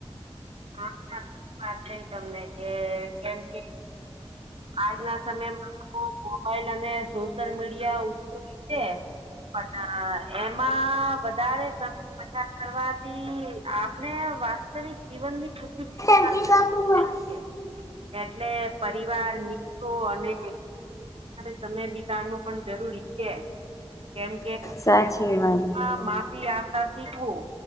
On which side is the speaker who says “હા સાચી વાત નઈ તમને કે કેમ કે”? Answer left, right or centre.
Right